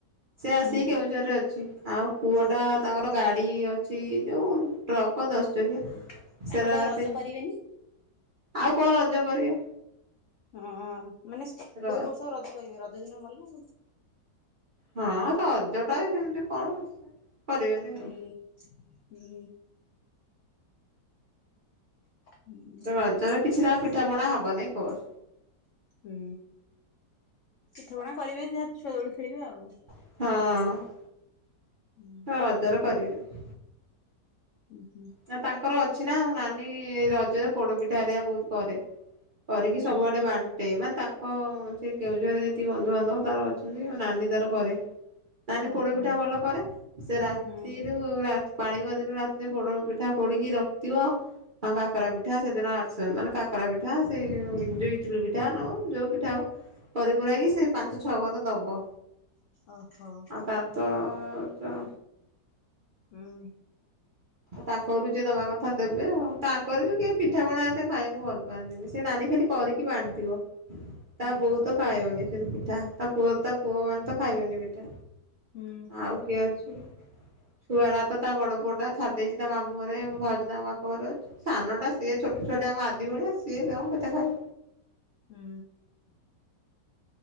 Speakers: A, on the right (about 50°); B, on the left (about 85°).
A: ସେ ଆସିକି
B: ହୁଁ।
A: କେଉଁଝରରେ ଅଛି, ଆଉ ପୁଅ ଟା ତାଙ୍କର
B: ଓହୋ।
A: ଗାଡି ଅ ଛି, ଯୋଉ ଟ୍ରକ ଦଶ ଚକିଆ
B: ହୁଁ ତାଙ୍କର
A: ସେରା
B: ତ ଆଉ
A: ଅତି।
B: ରଜ କରିବେନି।
A: ଆଉ କଣ ରଜ କରିବେ?
B: ହଁ ମାନେ
A: ର
B: କୋଉ ବର୍ଷ ରଜ କରିବେ, ରଜ ଦିନ ମଲାଉ।
A: ହଁ ସଜଟା ଏ ସେମିତି କଣ? କରିବେନି
B: ହୁଁ
A: ଆଉ
B: ହୁଁ। <unintelligible>
A: ରଜରେ କିଛିଟା ପିଠା ପଣା ହବନି କୋର।
B: ହୁଁ ପିଠାପଣା କରିବେନି ଯାହା ଛୁଆ ଦୋଳି ଖେଳିବେ ଆଉ।
A: ହଁ।
B: <unintelligible>
A: ଫଜର କରିବେନି।
B: ହୁଁ ହୁଁ।
A: ନା ତାଙ୍କର ଅଛି ନା ନାନୀ ରଜରେ ପୋଡ ପିଠା ହେରିଆ ବହୁତ କରେ। କରିକି
B: ଉଁ
A: ସବୁଆଡେ
B: ହୁଁ
A: ବାନ୍ ଣ୍ଟେଇ ମାନ୍, ତାଙ୍କ ସେ କେଉଁଝରରେ ଯେତିକି ବନ୍ଧୁବାନ୍ଧବ ତାର ଅଛନ୍ତି ନାନୀ ତାର କରେ। ନାନୀ
B: ଓହୋ
A: ପୋଡପିଠା ଭଲ କରେ, ସେ ରାତିରୁୁ
B: ହୁଁ
A: ରାତ ପାଳିବା ଦିନ ରାତିରେ ପୋଡପି ପିଠା ପୋଡିକି ରଖିଥିବ। ଆଉ କାକରା ପିଠା ସେଦିନ ଆରିଶା ମାନେ କାକରା ପିଠା ସେଇ <unintelligible>
B: ହୁଁ
A: ପିଠା ହଉ ଯୋଉ ପିଠା ହଉ, କରି ପୁଳାଇ ସେ ପାଞ୍ଚ ଛଅ ଘର ଦବ।
B: ଓହୋ।
A: ଆଉ ତାରଥ ଚ
B: ହୁଁ।
A: ତାଙ୍କ ବି ଯିଏ ଦବା କଥା ଦେବେ ଆଉ, ତାଙ୍କର ବି କିଏ ପିଠା ପଣା ଏତେ ଖାଇବାକୁ ଭଲ ପାନ୍ତିନି। ସେ ନାନୀ ଖାଲି କରିକି ବାଣ୍ଟିବ। ତା
B: ଓହୋ
A: ବୋହୂ ତ ଖାଇବନି ସେମିତି ପିଠା, ତା ପୁଅ ତା ପୁଅ ମାନେ ତ ଖାଇବେନି ପିଠା।
B: ହୁଁ
A: ଆଉ କିଏ ଅଛି, ଛୁଆ ଗୁରାତ ତା ବଡ ପୁଅ ଟା ଛାଡିଦେଇଛି ତା ମାମୁଁ ଘରେ ମୋ ଭାଉଜ ତା ବାପଘରେ ଅଛି। ସାନ ଟା ସିଏ
B: ହୁଁ
A: ଛୋଟ ଛୁଆଟା ଆମ ଆଦି ଭଳିଆ ସିଏ କଣ ପିଠା ଖାଇବ।
B: ହୁଁ।